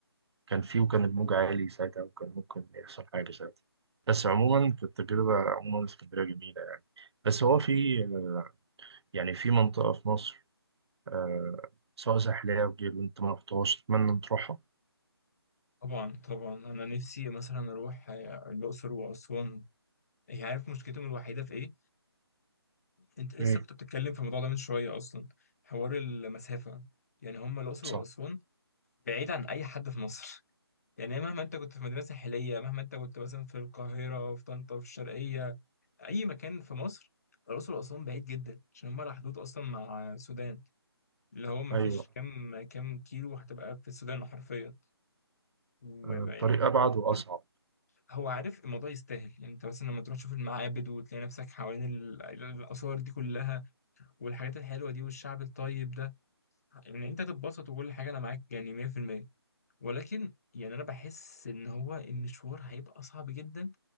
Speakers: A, on the right (about 75°); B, on the left (about 35°).
A: كان فيه وكان الموج عالي ساعتها وكان ممكن يحصل حاجة ساعتها بس عموما كانت تجربة عموما اسكندرية جميلة يعني بس هو في آه، يعني في منطقة في مصر آه، سواء ساحلية أو غيره أنت ما رحتهاش أتمنى أن تروحها
B: طبعا طبعا انا نفسي مثلا اروح آه، الاقصر واسوان هي عارف مشكلتهم الوحيدة في ايه انت لسه
A: إيه
B: كنت بتتكلم في الموضوع ده من شوية اصلا حوار المسافة يعني هم الاقصر
A: صح
B: واسوان بعيد عن اي حد في مصر <laughs> يعني مهما انت كنت في مدينة ساحلية مهما انت كنت مثلا في القاهرة في طنطا في الشرقية اي مكان في مصر الاقصر واسوان بعيد جدا عشان هم على حدود اصلا مع السودان اللي هو ما
A: أيوه
B: فيش كام كام كيلو هتبقى في السودان حرفيا ويعني
A: آه، الطريق
B: مشوار.
A: أبعد وأصعب
B: هو عارف الموضوع يستاهل يعني انت مثلا لما تروح تشوف المعابد وتلاقي نفسك حوالين ال- الاثار دي كلها والحاجات الحلوه دي والشعب الطيب ده يعني انت هتتبسط وكل حاجه انا معاك يعني 100% ولكن يعني انا بحس ان هو المشوار هيبقى صعب جدا